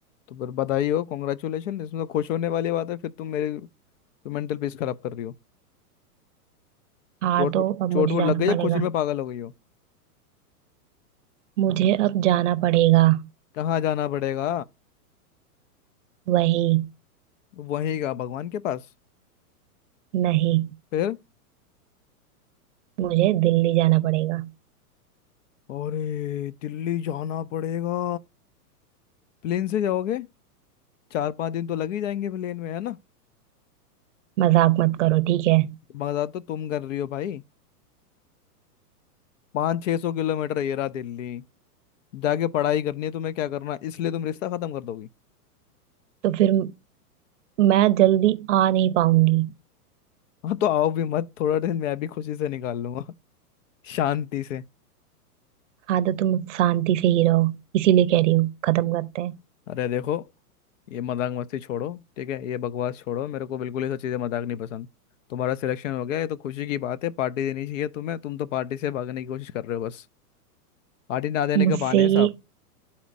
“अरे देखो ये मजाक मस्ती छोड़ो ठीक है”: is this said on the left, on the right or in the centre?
Left